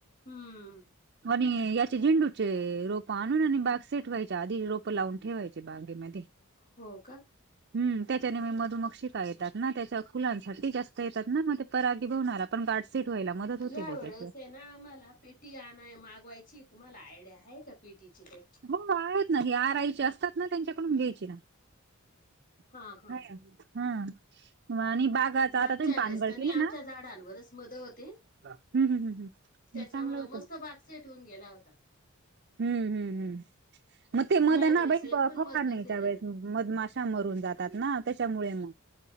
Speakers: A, on the left; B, on the right.
A: हम्म
B: आणि याचे झेंडूचे रोप आणून आणि बाग सेठवायचे आधी रोप लावून ठेवायचे बागेमध्ये.
A: हो का.
B: हम्म त्याच्याने म मधुमग शिका येतात ना त्याच्या फुलांसाठी जास्त येतात ना मग ते परागी बवणार. पण गाडस सेट व्हायला मदत होते
A: या
B: ब
A: वेळेस
B: त्यात.
A: आहे ना आम्हाला पेटी आणय मागवायची तुम्हाला आयडिया आहे का पेटीची ते?
B: हो आहेत नाही आरायची असतात ना त्यांच्याकडून घ्यायची ना. <unintelligible>
A: हा हा
B: आहे हा. आणि बागाचा
A: मागच्या
B: आता तुम्ही
A: वेळेस
B: पानगळ
A: कनी
B: केली
A: आमच्या
B: ना?
A: झाडांवरच मध होते.
B: हम्म, हम्म, हम्म
A: त्याच्यामुळं
B: म चांगलं वाट
A: मस्त बाग सेट होऊन गेला होता
B: हम्म, हम्म, हम्म मत मदना
A: या वेळेस
B: बा
A: एक पण
B: फवार
A: मध बसलेलं
B: नाही च मधमाशा मरून जातात ना त्याच्यामुळे मग